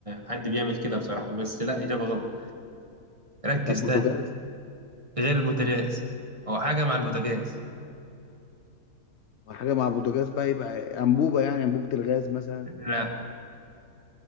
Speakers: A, on the right; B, on the left.
A: حد بيعمل كده بصراحة بس لا اجابة غلط ركز
B: طب بوتاجاز
A: تاني غير البوتاجاز هو حاجة مع البوتاجاز
B: وحاجة مع بوتاجاز بقى يبقى انبوبة يعني انبوبة الغاز مثلا
A: لا